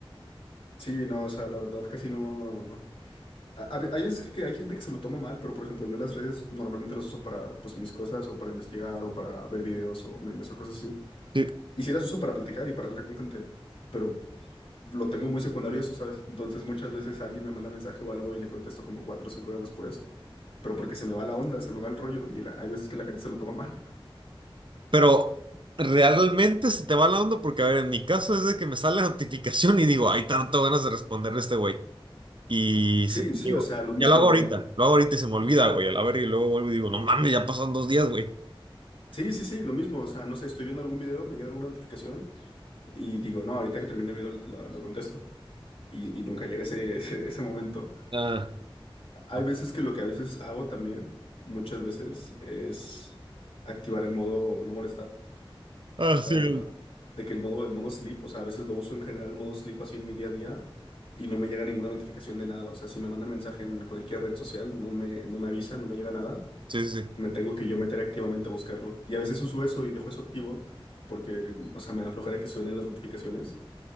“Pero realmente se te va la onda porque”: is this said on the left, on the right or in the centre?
Right